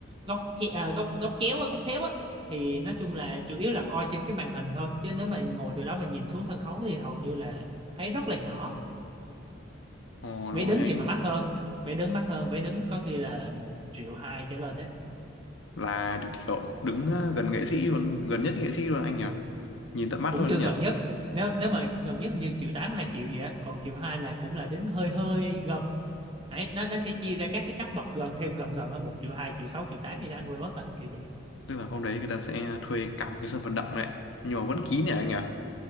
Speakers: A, on the right; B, on the left.
A: góc che- à, góc góc chéo á góc xéo á thì nói chung là chủ yếu là coi trên cái màn hình thôi chứ nếu mà ngồi từ đó mà nhìn xuống sân khấu thì hầu như là thấy rất là nhỏ
B: ồ
A: vé
B: đúng rồi
A: đứng
B: anh
A: vậy mà mắc hơn vé đứng mắc hơn vé đứng có khi là một triệu hai trở lên đấy.
B: là kiểu đứng ờ, gần nghệ sĩ luôn gần nhất nghệ sĩ luôn anh nhỉ nhìn tận mắt
A: cũng
B: luôn
A: chưa
B: đấy nhỉ
A: gần nhất nếu nếu mà gần nhất hình như triệu tám hai triệu gì á còn triệu hai là cũng là đến hơi hơi gần đấy nó nó sẽ chia ra các cái cấp bậc gần theo gần gần ở một triệu hai triệu sáu triệu tám gì đó anh quên mất rồi kiểu vậy
B: tức là hôm đấy người ta sẽ thuê cả một cái sân vận động đấy nhưng mà vẫn kín nhỉ anh nhỉ